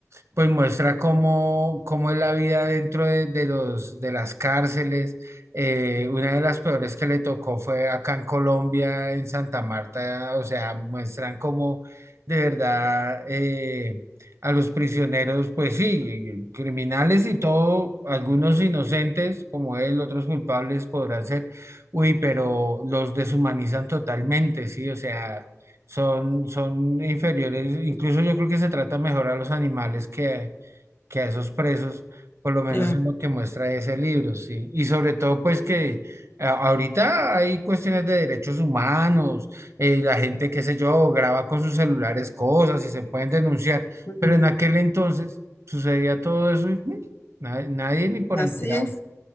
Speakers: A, on the right; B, on the left.
A: pues muestra cómo, cómo es la vida dentro de, de los, de las cárceles. Eh, una de las peores que le tocó fue acá en Colombia, en Santa Marta, o sea, muestran cómo de verdad eh, a los prisioneros, pues sí, criminales y todo, algunos inocentes como él, otros culpables podrán ser, uy, pero los deshumanizan totalmente, sí, o sea son, son inferiores. Incluso yo creo que se trata mejor a los animales que, que a esos presos, por lo menos
B: claro.
A: en lo que muestra ese libro, sí. Y sobre todo, pues que a- ahorita hay cuestiones de derechos humanos, eh, la gente, qué sé yo, graba con sus celulares cosas y se pueden denunciar,
B: Mm,
A: pero en aquel entonces sucedía todo eso y mm, na- nadie ni por
B: así
A: enterado.
B: es.